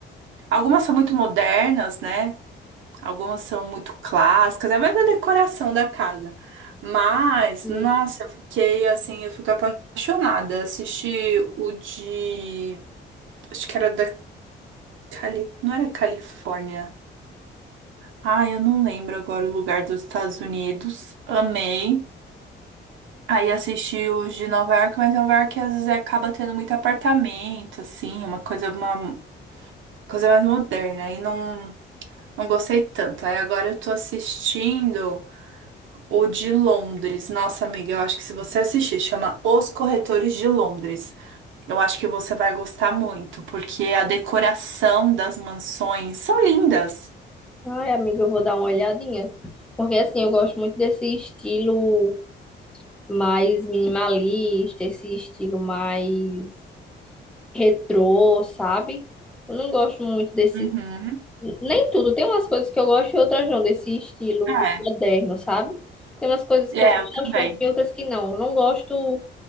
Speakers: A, on the right; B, in the centre.
A: Algumas são muito modernas, né? Algumas são muito clássicas, é mais da decoração da casa. Mas,
B: E,
A: nossa, eu fiquei assim, eu fico apaixonada. Assisti o de. Acho que era da Cali... Não era Califórnia. Ah, eu não lembro agora o lugar dos Estados Unidos. Amei. Aí assisti os de Nova York, mas Nova York às vezes acaba tendo muito apartamento, assim, uma coisa, uma coisa mais moderna. E não, não gostei tanto. Aí agora eu tô assistindo. O de Londres. Nossa, amiga, eu acho que se você assistir, chama Os Corretores de Londres. Eu acho que você vai gostar muito, porque a decoração das mansões são lindas.
B: Ai, amiga, eu vou dar uma olhadinha. Porque assim, eu gosto muito desse estilo. mais minimalista, esse estilo mais retrô, sabe? Eu não gosto muito desse.
A: Uhum.
B: Nem tudo, tem umas coisas que eu gosto e outras não, desse estilo
A: É,
B: moderno, sabe? Tem umas coisas
A: é,
B: que eu gosto,
A: eu também.
B: mas tem outras que não. Eu não gosto